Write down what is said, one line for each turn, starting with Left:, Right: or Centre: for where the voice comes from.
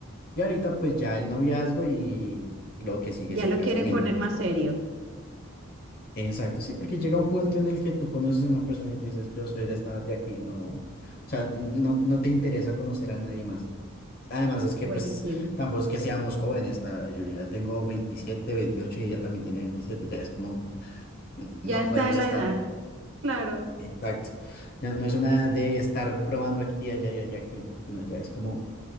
Left: Y ahorita pues ya el noviazgo y lo que sigue
Right: ya
Left: es el
Right: lo
Left: casamiento.
Right: quieren poner más serio.
Left: Exacto, sí, porque llega un punto en el que tú conoces a una persona y tú dices, yo soy de esta edad de aquí, no, o sea, no, no te interesa conocer a nadie más. Además es que
Right: Buenísimo.
Left: pues tampoco es que seamos jóvenes, ta- yo ya tengo 27, 28 y ella también tiene 27, ya es como, "N-
Right: Ya
Left: no
Right: está
Left: podemos
Right: en
Left: estar,
Right: la edad. Claro,
Left: exacto, ya no es una de estar probando aquí, allá y allá aquí, sino ya es como